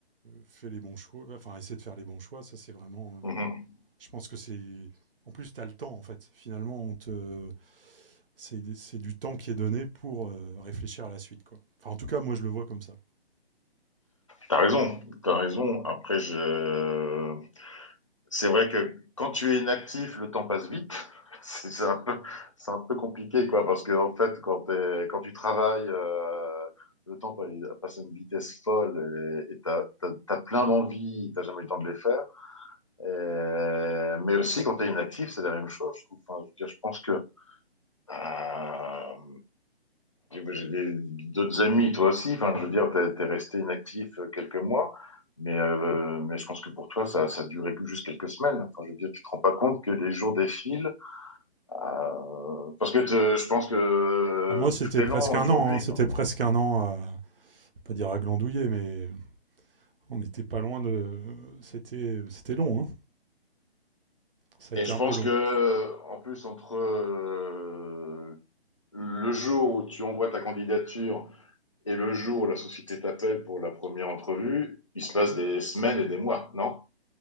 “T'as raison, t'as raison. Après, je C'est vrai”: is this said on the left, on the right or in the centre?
Left